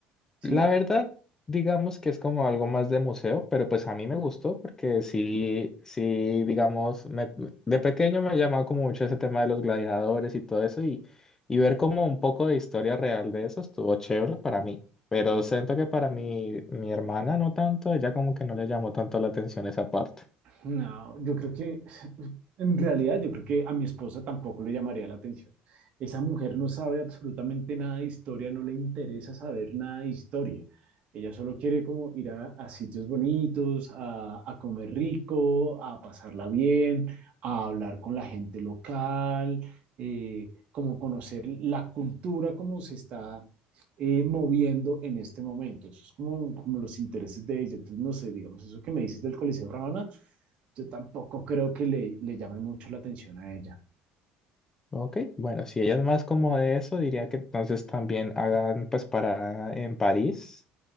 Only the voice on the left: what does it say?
La
verdad, digamos que es como algo más de museo, pero pues a mí me gustó porque sí, sí, digamos, me- de pequeño me llamaba como mucho ese tema de los gladiadores y todo eso y, y ver como un poco de historia real de eso estuvo chévere para mí. Pero siento que para mi, mi hermana no tanto, ella como que no le llamó tanto la atención esa parte.
Ok, bueno, si ella es más como de eso, diría que entonces también hagan pues para en París,